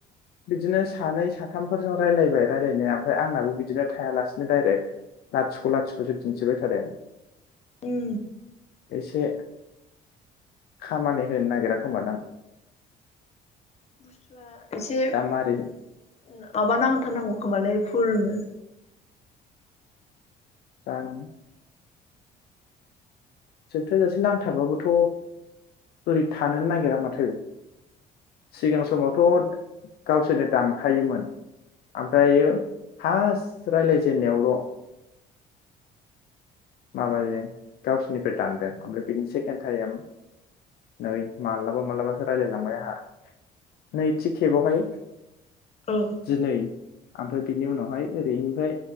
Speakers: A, on the left; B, on the left.
A: बिदिनो सानै साथामफोरजों रायलायबाय रायलायनाया ओमफ्राय आंनाबो बिदिनो थायालासिनो डाइरेक्ट लाथिख' लाथिख'सो दिन्थिबाय थादों।
B: उम
A: इसे खामानि होनो नागिरा खोमादां?
B: बुस्थुवा। इसेब
A: दा मारै
B: माबा नांथारनांगौ खोमालै फुलनो।
A: दानो सोबथा जासे नांथाबाबोथ' बोरै थानोनो नागिरा माथो सिगां समावथ' गावसोरनो दानखायोमोन ओमफ्रायो फार्स्ट रायलायजेननायावल' माबायो गावसोरनिफ्राय दानदो ओमफ्राय बिनि सेकेण्ड टाइम नै मालाबा मालाबासो रायलायलांबाय आंहा नैथि खेबावहाय।
B: औ
A: दिनै ओमफ्राय बिनि उनावहाय ओरैनिफ्राय